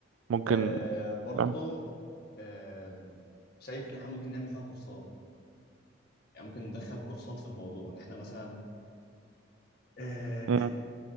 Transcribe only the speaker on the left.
آه، برضو
آم، شايف ان احنا ممكن نعمل فيها كورسات يعني ممكن ندخل كورسات في الموضوع ان احنا مثلا آه،